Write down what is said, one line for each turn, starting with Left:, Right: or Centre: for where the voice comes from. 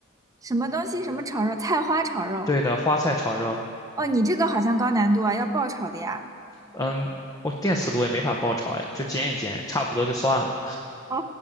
Right: 什么东西？什么炒肉？菜花炒肉？
Left: 对的，花菜炒肉。
Right: 哦，你这个好像高难度啊，要爆炒的呀。
Left: 嗯，我电磁炉也没法爆炒，哎，就煎一煎，差不多就算了。
Right: 哦